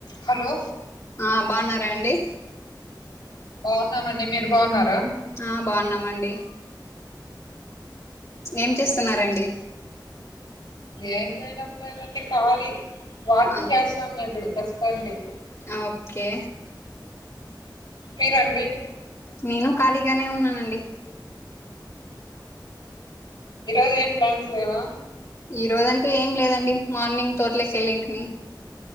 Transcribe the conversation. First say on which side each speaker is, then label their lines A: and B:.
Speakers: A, on the left (about 80°); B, on the left (about 40°).
A: Hello
B: ఆ బాన్నారా అండి
A: బాగున్నాం అండి మీరు బాగున్నార
B: ఆ బాగున్నాం అండి ఏం చేస్తున్నారండి
A: ఏం చేయడం లేదండి ఖాళీ వాకింగ్
B: ఆ
A: చేస్తానా ఇప్పుడు ప్రస్తుతానికితే
B: ఓకే
A: మీరండి
B: నేను ఖాళీగానే ఉన్నానండి
A: ఈరోజు ఏం ప్లాన్స్ లేవా
B: ఈ రోజంటూ ఏం లేదండి మార్నింగ్ తోట్లోకి వెళ్ళింటిమి